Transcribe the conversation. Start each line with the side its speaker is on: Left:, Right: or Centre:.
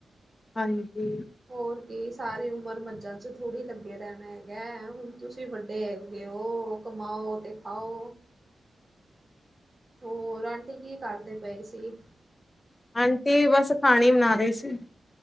Left: ਹਾਂਜੀ
Right: ਹੋਰ ਕੀ ਸਾਰੀ ਉਮਰ ਮੱਝਾਂ ਚ ਥੋੜ੍ਹੀ ਲੱਗੇ ਰਹਿਣੈ ਹੈਗੈ ਹੁਣ ਤੁਸੀਂ ਵੱਡੇ ਹੈਗੈ ਓ। ਕਮਾਓ ਤੇ ਖਾਓ ਹੋਰ ਆਂਟੀ ਕੀ ਕਰਦੇ ਪਏ ਸੀ
Left: ਆਂਟੀ ਬਸ ਪਾਣੀ ਬਣਾ ਰਹੀ ਸੀ।